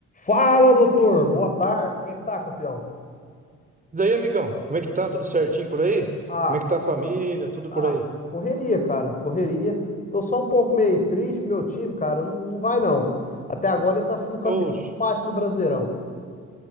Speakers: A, on the left; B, on the right.
A: Fala, doutor. Boa tarde. Como é que tá, campeão?
B: E daí, amigão, como é que tá? Tudo certinho por aí?
A: Ah,
B: Como é que tá
A: como...
B: a família? Tudo
A: ah,
B: por aí?
A: correria, cara. Correria. Tô só um pouco meio triste, meu time, cara. Não, não vai, não. Até agora ele tá sendo campeão
B: Oxe,
A: de empate no Brasileirão.